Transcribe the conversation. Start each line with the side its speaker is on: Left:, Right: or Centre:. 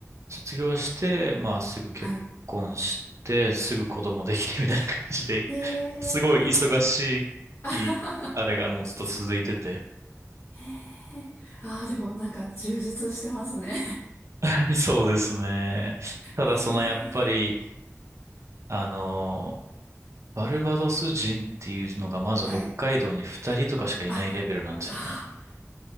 Right: 卒業して、まあすぐ結婚して、
Left: はい。
Right: すぐ子供できてみたいな感じで
Left: へえ。
Right: すごい忙しい、
Left: <laughs> あはは
Right: あれがもうずっと続いてて。
Left: はへえ。あー、でもなんか充実してますね。
Right: <laughs> そうですね。ただそのやっぱり、
Left: <laughs> へえ。
Right: あの、バルバドス人っていうのがまず北海道に二人とかしかいないレベルなんですよね。
Left: はい。あ、あ